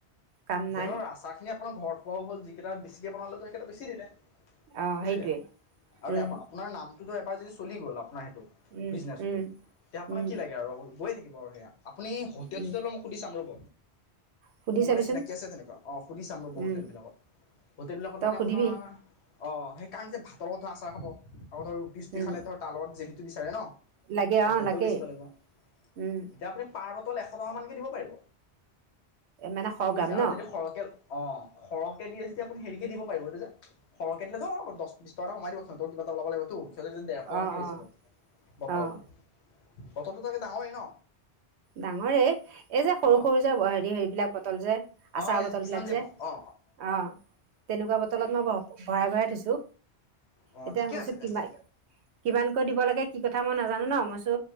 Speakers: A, on the right; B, on the left.
A: কাম
B: এতিয়া
A: নাই
B: ধৰক আচাৰ খিনি আপোনাৰ ঘৰত পোৱাও হ'ল। যিকেইটা বেছিকে বনালে সেইকেইটা বেছি দিলে।
A: অঁ
B: বুজিলে
A: সেইটোৱে
B: আৰু
A: উম
B: আপোনাৰ নামটো। এতিয়া এবাৰ যদি চল গল' আপোনাৰ সেইটো।
A: উম
B: বিজনেছটো
A: উম
B: এতিয়া আপোনাক
A: উম
B: কি লাগে আৰু গৈ থা হিবাও হেয়া আপুনি হোটেল
A: উম
B: চোটেল মই সুধি চাম ৰ'ব।
A: সুধি
B: মোৰ
A: চাবিচোন
B: মানে চিনাকি আছে তেনেকুৱা অ সুধি চাম ৰ'ব
A: উম,
B: হোটেল বিলাকত হোটেল বিলাকত
A: তই
B: মানে
A: সুধিবি
B: আপোনাৰ। অ সেইকাৰণ যে ভাত লগত যে আচাৰ খাব লগত আৰু। পৃষ্টি
A: উম,
B: খালে তাৰ লগত জে। জেলিটো বিচাৰে ন।
A: লাগে
B: আৰু
A: অঁ
B: সিহঁতেও
A: লাগে
B: বেছিব লাগিব
A: উম,
B: এতিয়া আপুনি পাৰ বটল এশ টকা মানকে দিব পাৰিব।
A: মানে সৰগ্ৰাম
B: বুইছা
A: ন
B: আৰু যদি সৰকে। অ সৰহকে দিয়ে যদি আপুনি হেৰিকে দিব পাৰিব এইটো যে সৰহে দিলে ধৰক দহ বিশ টকা কমাই দিয়ক সিহঁতৰ কিবা এটা ওলাব লাগিবতো। সিহঁতে ডেৰশমানকে
A: অঁ
B: বেছিব
A: অঁ
B: বটল
A: অঁ
B: বটলটো তাকে ডাঙৰেই ন।
A: ডাঙৰে এই যে সৰু
B: অ
A: সৰু যে হেৰি হেৰিবিলাক বটল যে আচাৰ
B: অ এই
A: বটল
B: কিষান
A: বিলাক যে
B: মই অ
A: অ তেনেকুৱা বটলত মই ভৰাই ভৰাই। দিছো।
B: অ
A: এতিয়া
B: ঠিকে
A: ভাবিছোঁ
B: আছে তেন্তে
A: কিমান কিমানকৈ দিব লাগে কি। কথা মই নাজানো ন মই চো